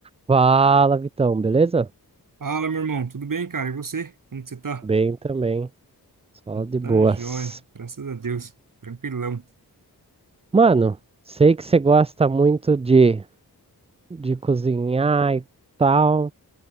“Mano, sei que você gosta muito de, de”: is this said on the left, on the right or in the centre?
Right